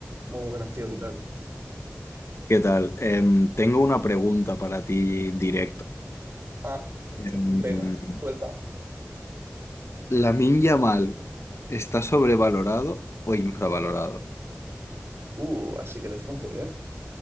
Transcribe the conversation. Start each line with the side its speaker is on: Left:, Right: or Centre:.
Right: Muy buenas, tío, ¿qué tal?
Left: ¿Qué tal? Em, tengo una pregunta para ti directa.
Right: Ah,
Left: Em,
Right: venga, suelta.
Left: ¿La ¿Lamine Yamal está sobrevalorado o infravalorado?
Right: Uh, así que de fútbol, ¿eh?